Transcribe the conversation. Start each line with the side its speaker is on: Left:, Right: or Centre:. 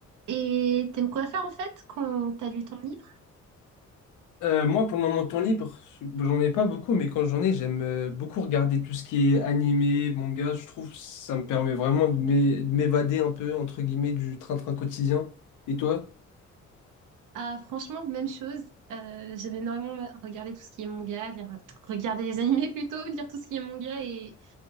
Right: Et t'aimes quoi faire en fait quand t'as du temps libre?
Left: Euh, moi, pendant mon temps libre, j'en ai pas beaucoup, mais quand j'en ai, j'aime euh, beaucoup regarder tout ce qui est animé, manga. Je trouve que ça me permet vraiment de m'é- de m'évader un peu, entre guillemets, du train-train quotidien. Et toi?
Right: Ah franchement, même chose. Euh, j'aime énormément ma- regarder tout ce qui est manga, lire- regarder les animés <laughs> plutôt, lire tout ce qui est manga et